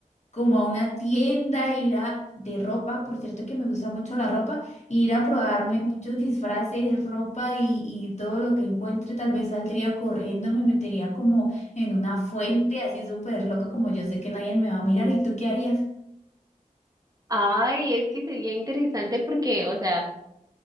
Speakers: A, on the left (about 55°); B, on the right (about 25°).
A: como a una tienda, ir a de ropa, por cierto que me gusta mucho la ropa, ir a probarme muchos disfraces, ropa y, y todo lo que encuentre, tal vez saldría corriendo, me metería como en una fuente
B: <laughs>
A: así súper loca como yo sé que nadie me va a mirar, ¿y tú qué harías?
B: Ay, es que sería interesante porque, o sea,